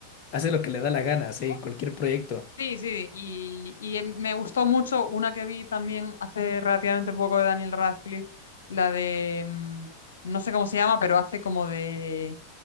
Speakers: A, on the left; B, on the left.
A: Hace lo que le da la gana, sí,
B: ¿Cómo?
A: cualquier proyecto.
B: Sí, sí, y, y em- me gustó mucho una que vi también hace relativamente poco de Daniel Radcliffe, la de. mm, No sé cómo se llama, pero hace como de.